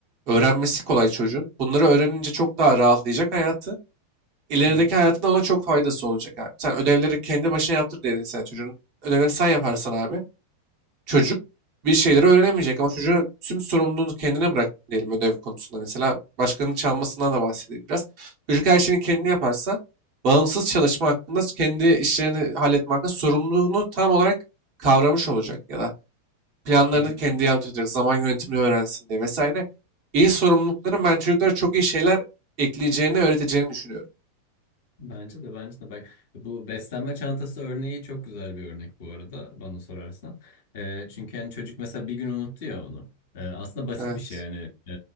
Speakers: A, on the right (about 45°); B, on the left (about 50°).
A: Öğrenmesi kolay çocuğun. Bunları öğrenince çok daha rahatlayacak hayatı. İlerideki
B: hı,
A: hayatında ona çok faydası olacak abi. Sen ödevleri kendi başına yaptır diye sen çocuğun. Ödevlerini sen yaparsan abi. Çocuk bir şeyleri öğrenemeyecek ama çocuğa tüm sorumluluğunu kendine bırak diyelim ödev konusunda mesela. Başkanın çalmasından da bahsedeyim biraz. Çocuk her şeyini kendi yaparsa bağımsız çalışma hakkında kendi işlerini halletme hakkında sorumluluğunu tam olarak kavramış olacak ya da planlarını
B: hı hı.
A: kendi yaptıracak zaman yönetimini öğrensin diye vesaire. İyi sorumlulukların ben çocuklara çok iyi şeyler ekleyeceğini öğreteceğini düşünüyorum.
B: Bence de bence de bak bu beslenme çantası örneği çok güzel bir örnek bu arada bana sorarsan. Ee, çünkü hani çocuk mesela bir gün unuttu ya onu. Ee, aslında basit
A: Evet,
B: bir şey yani Ee,